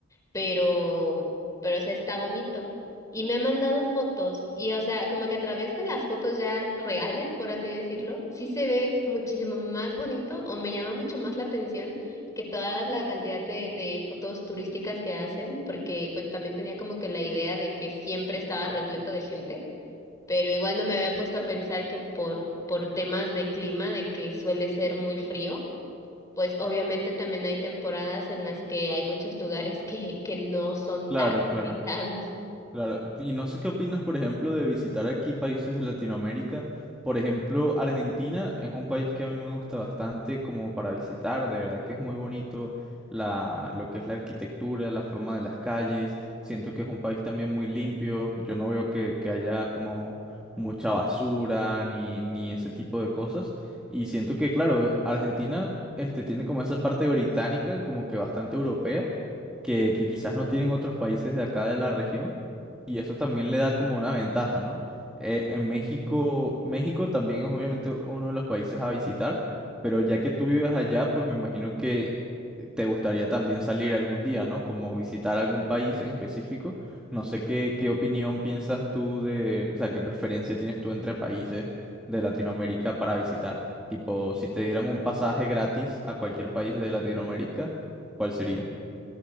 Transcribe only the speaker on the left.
pero, pero o sea, está bonito. Y me ha mandado fotos y, o sea, como que a través de las fotos ya reales, por así decirlo, sí se ve muchísimo más bonito o me llama mucho más la atención que toda la cantidad de, de fotos turísticas que hacen, porque pues también tenía como que la idea de que siempre estaba repleto de gente, pero igual no me había puesto a pensar que por, por temas de clima, de que suele ser muy frío pues obviamente también hay temporadas en las que hay muchos lugares que, que no son
tan
visitados.